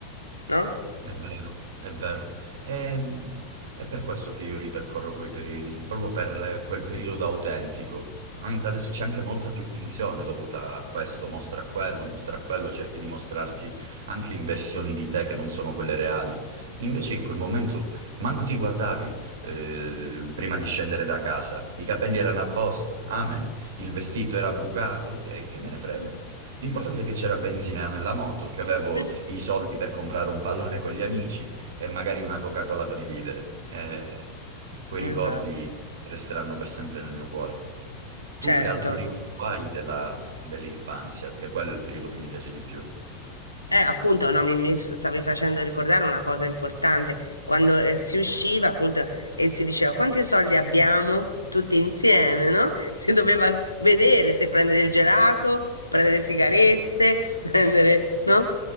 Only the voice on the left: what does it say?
no?
Mm.
<laughs>
Esatto,
certo.
Eh, appunto, no, mi, mi stavi facendo ricordare una cosa importante. Quando eh, si usciva, appunto, e si diceva quanti soldi abbiamo tutti insieme, no? <laughs> Si doveva vedere se prendere il gelato, prendere le sigarette, <laughs> prendere, no?